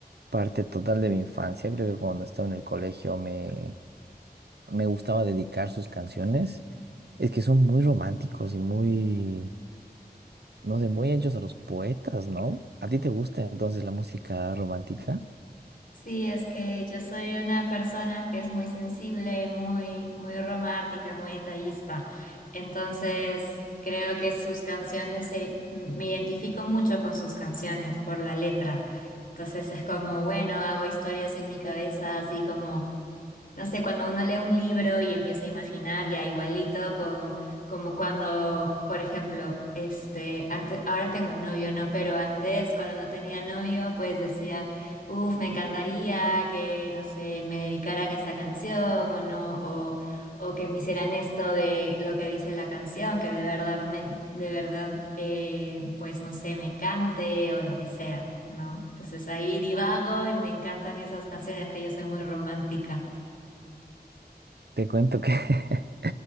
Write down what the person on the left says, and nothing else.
Sí, es que yo soy una persona que es muy sensible, muy, muy romántica, muy detallista. Entonces, creo que sus canciones, se- me identifico mucho con sus canciones por la letra. Entonces, es como, bueno, hago historias en mi cabeza, así como no sé, cuando uno lee un libro y empieza a imaginar ya igualito con como cuando, por ejemplo, este, antes, ahora tengo novio, ¿no? Pero antes, cuando no tenía novio, pues decía, uff, me encantaría que, no sé, me dedicaran esta canción o no, o, o que me hicieran esto de lo que dice la canción, que de verdad, me- de verdad, eh, pues no sé, me cante o lo que sea, ¿no? Entonces ahí divago y me encantan esas canciones que yo soy muy romántica.